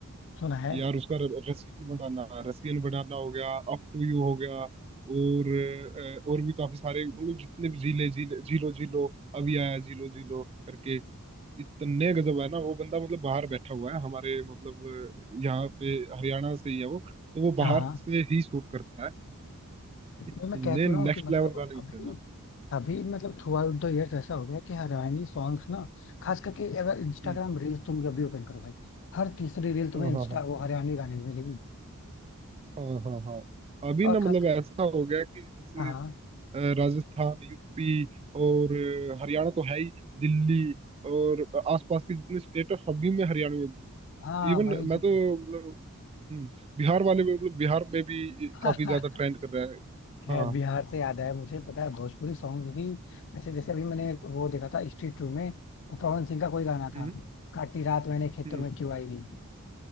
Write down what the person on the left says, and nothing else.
सुना है
हाँ
हाँ
तो
मैं कह तो
रहा हूँ कि मतलब
अभी
अभी मतलब थ्रू आउट द इयर्स ऐसा हो गया कि हरियाणवी सॉन्ग्स ना खास करके अगर इंस्टाग्राम
रील्स तुम जब भी ओपन करो भाई हर तीसरी रील तुम्हें
इंस्टा
वो हरियाणवी गाने में मिलेगी
और
खास
हाँ
हाँ
वही चीज
है
<laughs>
है
बिहार से याद आया मुझे पता है भोजपुरी सॉन्ग भी ऐसे जैसे अभी मैंने वो देखा था स्ट्रीट टू में वो पवन सिंह का कोई गाना
था काटी रात मैंने खेतों
में क्यों आई नहीं